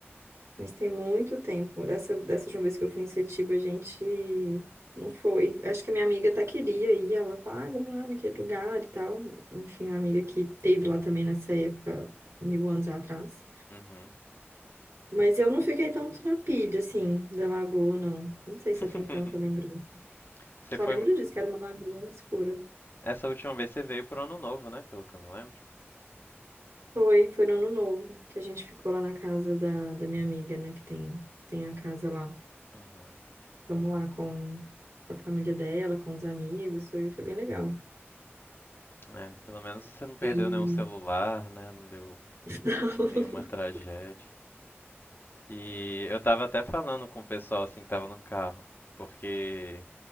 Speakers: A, on the right; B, on the left.
A: mas tem muito tempo. Dessa, dessa última vez que eu fui em Setiba, a gente não foi. Acho que a minha amiga até queria ir, ela falou, ah, vamos lá naquele lugar e tal. Enfim, uma amiga que teve lá também nessa época, mil anos atrás.
B: Uhum.
A: Mas eu não fiquei tanto na pilha, assim, da lagoa, não. Não sei se
B: <laughs>
A: eu tenho tanta lembrança.
B: Você
A: Só
B: foi,
A: lembro disso, que era uma lagoa escura.
B: Essa última vez você veio pro ano novo, né? Pelo que eu me lembro.
A: Foi, foi no ano novo, que a gente ficou lá na casa da, da minha amiga, né, que tem, que tem a casa lá.
B: Uhum.
A: Vamos lá com, com a família dela, com os amigos, foi, foi bem legal.
B: É, pelo menos você não perdeu
A: E.
B: nenhum celular, né? Não deu
A: <laughs>
B: nenhuma tragédia. E eu tava até falando com o pessoal assim que tava no carro, porque